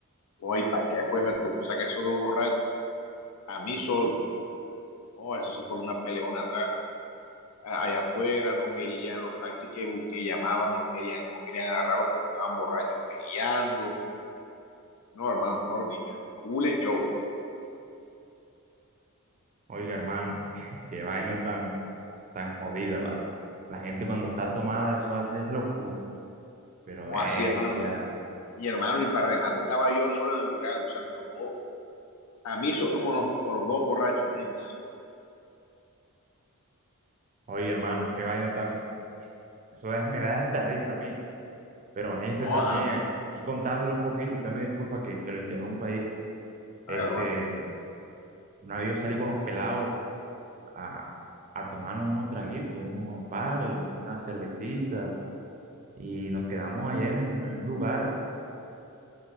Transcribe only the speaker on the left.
Oye, ¿para qué fue? Me tocó sacar esos dos borrachos a mí solo. Oh, eso se formó una peleona atrás a- allá afuera, no querían los taxis que, bu- que llamaban, no querían, no querían agarrarlo porque estaban borrachos y peleando, No, hermano, mejor dicho, cool show.
O
así, hermano. Y, y, hermano, y para remate estaba yo solo en el local. O sea, me tocó a mí solo con los, con los dos borrachos, imagínense.
No,
a,
a ver, hermano.